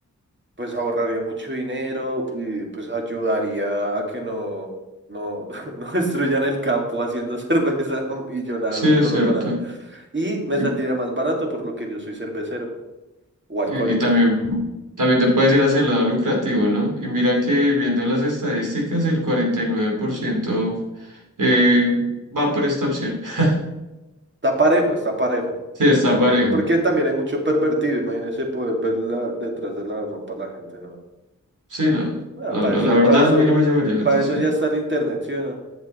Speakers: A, on the right; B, on the right.
A: pues ahorraría mucho dinero y pues ayudaría a que no, no, <laughs> no destruyan el campo haciendo cerveza <laughs> y yo la
B: Sí,
A: hago
B: es
A: solo
B: cierto.
A: con agua. Y me
B: Y,
A: saldría más barato por lo que yo soy cervecero o alcohólico.
B: y- y también, también te puedes ir hacia el lado lucrativo, ¿no? Y mira que viendo las estadísticas, el 49% eh, va por esta opción. <laughs>
A: Está parejo, está parejo.
B: Sí, está
A: Ah,
B: parejo.
A: pero- Porque también hay mucho pervertido, imagínese poder ver la- detrás de la ropa a la gente, ¿no?
B: Sí, no,
A: Ah,
B: no,
A: para
B: no,
A: eso,
B: la verdad
A: para eso,
B: a mí no me llamaría la
A: para
B: atención.
A: eso ya está el internet, ¿sí o no?